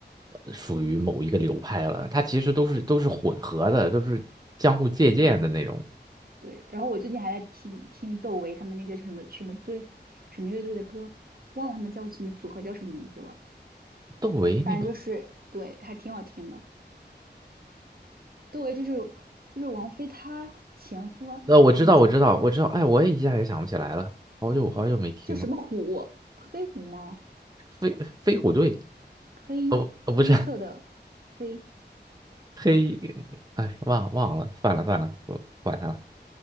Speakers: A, on the right; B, on the right.
A: 呃属于某一个流派了，它其实都是都是混合的，都是相互借鉴的那种。
B: 对。对，然后我最近还在听听窦唯他们那个什么什么队什么乐队的歌，忘了他们叫什么组合叫什么名字了，
A: 窦唯那个，
B: 反正就是对，还挺好听的。窦唯就是就是王菲她前夫啊，
A: 呃，我知道，
B: 前前夫
A: 我知道，我知道，哎，我也一下也想不起来了，好久好久没听了。
B: 叫什么虎？黑虎吗？
A: 飞飞虎队，
B: 黑黑色的黑，
A: 哦，呃不是黑，哎，忘忘了，算了算了，不管他了。